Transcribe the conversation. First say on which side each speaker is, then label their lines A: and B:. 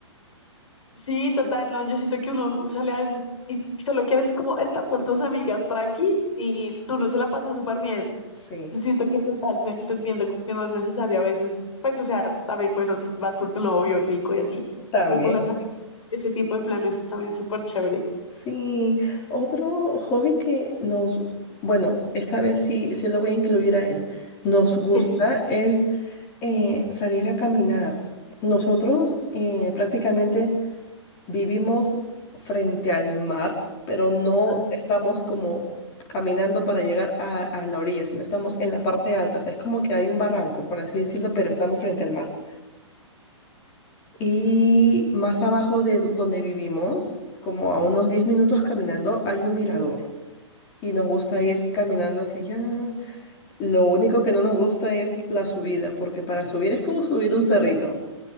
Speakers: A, on the left; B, on the left.
A: Sí, total, no, yo siento que uno sale a veces y solo quieres como estar con tus amigas tranqui y tú no se la pasas súper bien.
B: Sí,
A: Yo siento que total, te, te entiendo, como que no es necesario a veces, pues, o sea, también, bueno, si vas con tu novio rico y así,
B: también.
A: pero con las amigas, ese tipo de planes es también súper chévere.
B: Sí, otro hobby que nos, bueno, esta vez sí, sí lo voy a incluir a él, nos gusta
A: <laughs>
B: es eh, salir a caminar. Nosotros eh, prácticamente vivimos frente al mar, pero no
A: Ay,
B: estamos como caminando para llegar a, a la orilla, sino estamos en la parte alta, o sea, es como que hay un barranco, por así decirlo, pero estamos frente al mar. Y más abajo de donde vivimos, como a unos 10 minutos caminando, hay un mirador. Y nos gusta ir caminando hacia allá. Lo único que no nos gusta es la subida, porque para subir es como subir un cerrito.